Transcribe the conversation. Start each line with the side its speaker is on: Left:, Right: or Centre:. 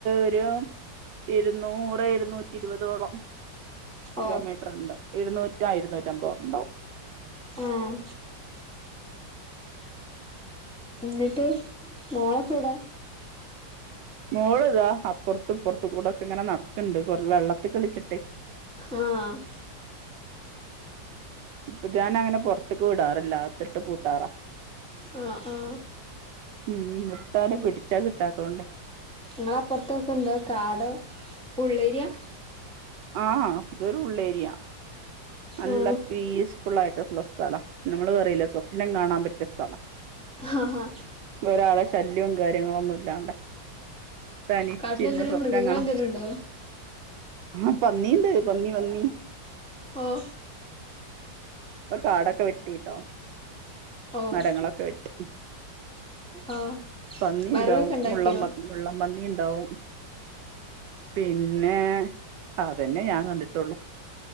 Right: ഒരു ഇരുന്നൂറ് ഇരുന്നൂറ്റി ഇരുപതോളം കിലോമീറ്റർ
Centre: ഓ
Right: ഇണ്ട്. ഇരുന്നൂറ്റാ ആ ഇരുന്നൂറ്റമ്പത് ഒകെ ഇണ്ടാവും.
Centre: ആഹ് ന്നിട്ട് മോളൊക്കവടെ
Right: മോള് ഇതാ അപ്പുറത്തുംപ്പുറത്തൊക്കെ കൂടെക്കെ ഇങ്ങനെ നടക്കണ്ട് കുറ വെള്ളത്തിൽ കളിച്ചിട്ടേ.
Centre: ആഹ്
Right: വ്ഗാനങ്ങനെ അങ്ങനെ പൊറത്ത്ക്ക് വിടാറില്ല അകത്തിട്ട് പൂട്ടാറാ.
Centre: ആ ആഹ്
Right: ഉം വിട്ടാലും പിടിച്ചാ കിട്ടാത്തോണ്ടെ
Centre: ഇങ്ങള അപ്പറത്തൊക്കെ എന്താ കാട ഉള്ളേരിയാ?
Right: ആഹ് വേറൊരുഉള്ളേരിയ. നല്ല
Centre: ഉം
Right: പീസ്ഫുൾ ആയിട്ടുള്ള സ്ഥലം നമ്മള് പറിയില്ലേ സ്വപ്നം കാണാൻ പറ്റിയ സ്ഥലം.
Centre: ആഹ ഹാ
Right: ഒരാളെ ശല്യവും കാര്യങ്ങളൊന്നും ഇല്ലാണ്ടെ. തനിച്ചിരുന്ന്
Centre: കാട്ടിലെന്തേലും
Right: സ്വപ്നം
Centre: മൃഗങ്ങളെന്തേലും
Right: കാണ
Centre: ഉണ്ടോ
Right: ആ പന്നിണ്ട് പന്നി പന്നി <inaudible>
Centre: ഓഹ്
Right: ഇപ്പൊ കാടൊക്കെ വെട്ടിട്ടോ
Centre: ഓഹ്
Right: മരങ്ങളൊക്കെ വെട്ടി.
Centre: ആഹ്
Right: പന്നി
Centre: വറവൊക്കെ
Right: ഇണ്ടാവും
Centre: ഉണ്ടാക്കിയോ
Right: മുള്ള മുള്ളം പന്നി ഇണ്ടാവും. പിന്നെ അതന്നെ ഞാൻ കണ്ടിട്ടൊള്ളു.